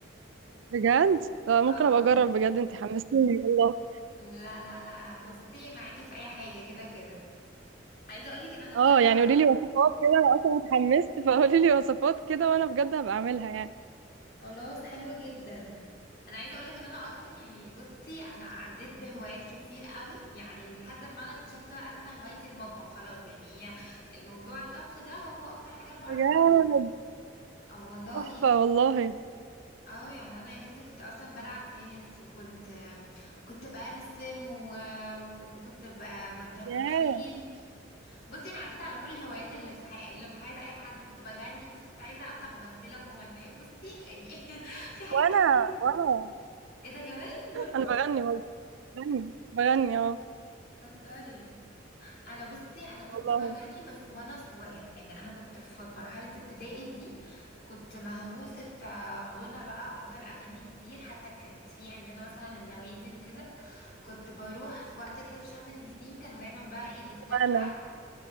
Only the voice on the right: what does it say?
بجد طب ممكن
ابقى
اجرب بجد انت حمستيني والله
اه يعني
قولي لي وصفات كده انا اصلا اتحمست فقولي لي وصفات كده وانا بجد هبقى اعملها يعني
بجد
تحفه والله
ياه
وانا
وانا
انا بغني والله بغني بغني اه
والله
انا